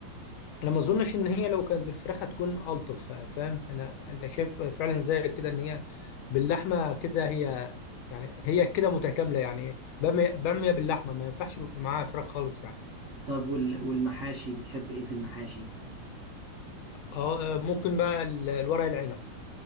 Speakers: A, on the left; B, on the right.
A: انا ما اظنش ان هي لو كانت بالفراخ هتكون الطف فاهم انا انا شايف فعلا زي كده ان هي باللحمه كده هي يعني هي كده متكامله يعني باميه باميه باللحمه ما ينفعش معاها فراخ خالص يعني
B: طب وال- والمحاشي بتحب ايه في المحاشي
A: اه آه، ممكن بقى ال- الورق العنب